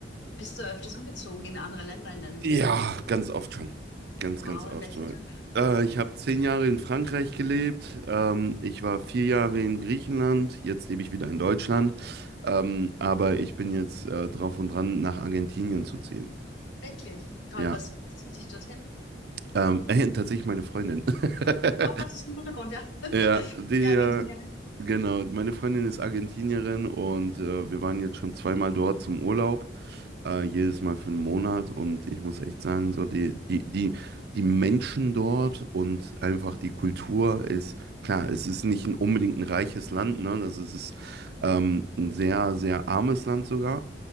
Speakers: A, on the left (about 80°); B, on the right (about 60°).
A: Bist du öfters umgezogen in andere Länder in deinem
B: Ja,
A: Leben?
B: ganz oft schon. Ganz,
A: Wow,
B: ganz oft
A: in welche
B: schon.
A: denn?
B: Äh, ich habe zehn Jahre in Frankreich gelebt. Ähm, ich war vier Jahre in Griechenland. Jetzt lebe ich wieder in Deutschland. Ähm, aber
A: Ah,
B: ich bin jetzt äh, drauf und dran, nach Argentinien zu ziehen.
A: Wirklich. Toll,
B: Ja.
A: was zieht dich dorthin?
B: Ähm, äh, tatsächlich meine Freundin. <laughs>
A: Oh, das ist ein guter Grund, ja. <laughs>
B: Ja, der,
A: Die Argentinierin.
B: genau. Meine Freundin ist Argentinierin und äh, wir waren jetzt schon zweimal dort zum Urlaub. äh,
A: Mhm.
B: jedes Mal für einen Monat und ich muss echt sagen, so die, die, die, die Menschen dort und einfach die Kultur ist, klar, es ist nicht ein, unbedingt ein reiches Land, ne? Also es ist ähm, ein sehr, sehr armes Land sogar,